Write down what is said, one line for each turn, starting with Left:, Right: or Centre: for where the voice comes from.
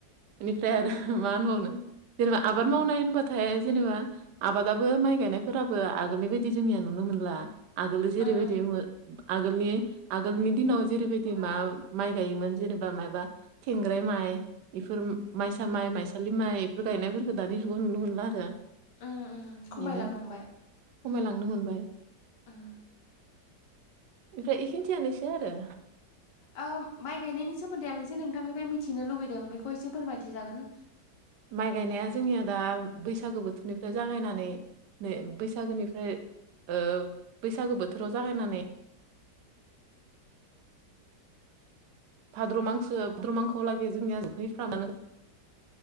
Right: बेनिफ्राय आरो
Left: उम
Right: मा होनबावनो। जेनेबा आबाद
Left: उम
Right: मावनाय होनबा नाथाय जेनेबा आबादाबो माइ गायनायफोराबो आगोलनि बायदि जोंनिया नुनो मोनला आगोलो जेरैबायदि
Left: उम
Right: आगोलनि, आगोलनि दिनाव जेरै बायदि मा माइ गायोमोन जेनेबा माबा थेंग्राय माइ, बेफोर माइसा माइ, माइसालि माइ बेफोर गायनायफोरखौ दानि जुगाव नुनो मोनला आरो।
Left: ओ ओ खमायलांनो
Right: बेनो
Left: हमबाय।
Right: खमायलांनो
Left: उम
Right: मोनबाय।
Left: उम
Right: ओमफ्राय बेखिनियानोसै आरो।
Left: ओ माइ गायनायनि सोमोन्दै आं एसे नोंथांनिफ्राय मिथिनो लुुबैदों बेखौ एसे फोरमायथि जागोन?
Right: माइ गायनाया जोंनिया दा, बैसागो बोथोरनिफ्राय जागायनानै नै बैसागोनिफ्राय ओ बैसागो बोथोराव जागायनानै भाद्र' मांखो, भाद्रमांखोलागि जोंनिया जहैफ्रा मानो।